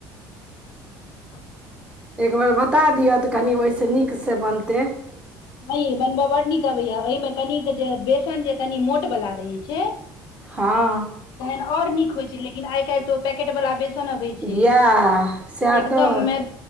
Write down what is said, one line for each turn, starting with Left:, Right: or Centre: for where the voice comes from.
Left: हँ
Right: एक बेर बता दिअ तऽ कनि ओहिस नीक से बनते
Left: ह बनबय बड्ड नीक अबैया ओहिमे कनिक जे बेसन जे कनि मोट बला रहै छै
Right: हँ
Left: तखन आओर नीक होइत छै लेकिन आइ काल्हि तऽ पैकेट वाला बेसन अबै छै
Right: इएह सएह
Left: एकदम
Right: तऽ
Left: मै